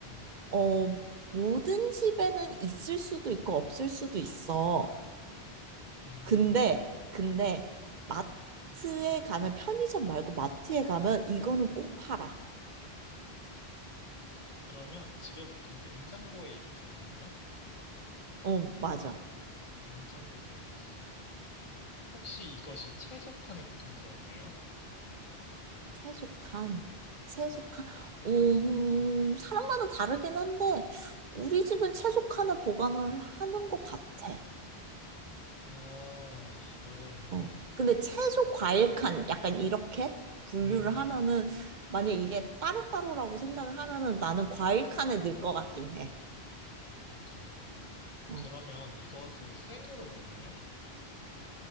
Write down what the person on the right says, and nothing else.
어, 모든 집에는 있을 수도 있고, 없을 수도 있어.
근데 근데 마트에 가면 편의점 말고 마트에 가면 이거는 꼭 팔아.
어, 맞아.
채소칸. 채소칸. 음, 사람마다 다르긴 한데 우리 집은 채소칸을 보관을 하는 것 같아.
어. 근데 채소 과일 칸 약간 이렇게 분류를
하면은 만약 이게 따로따로라고 생각을 하면은 나는 과일 칸에 넣을 것 같긴 해.
어.